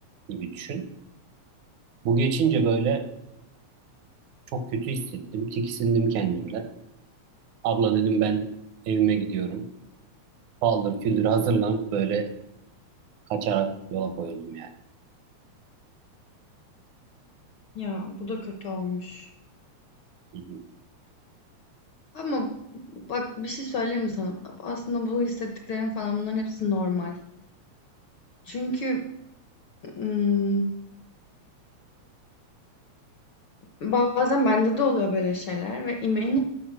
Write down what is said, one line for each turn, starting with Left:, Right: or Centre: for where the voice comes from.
Right: gibi düşün. Bu geçince böyle çok kötü hissettim. Tiksindim kendimden. Abla dedim ben evime gidiyorum. Paldır küldür hazırlanıp böyle kaçarak yola koyuldum yani.
Left: Ya bu da kötü olmuş.
Right: Hı hı,
Left: Ama bak bir şey söyleyeyim mi sana? Aslında bu hissettiklerim falan bunların hepsi normal. Çünkü ım, bazen bende de oluyor böyle şeyler ve eminim